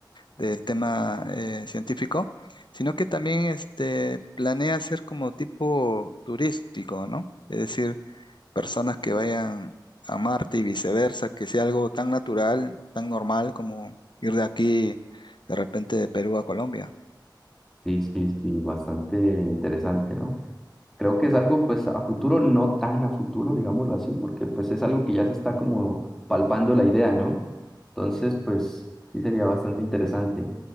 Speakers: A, on the left; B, in the centre.
A: del tema eh, científico, sino que también, este, planea hacer como tipo turístico, ¿no? Es decir, personas que vayan a Marte y viceversa, que sea algo tan natural, tan normal como ir de aquí de repente de Perú a Colombia.
B: Sí, sí, sí, bastante interesante, ¿no? Creo que es algo pues a futuro, no tan a futuro, digámoslo así, porque pues es algo que ya se está como palpando la idea, ¿no? Entonces, pues sí sería bastante interesante.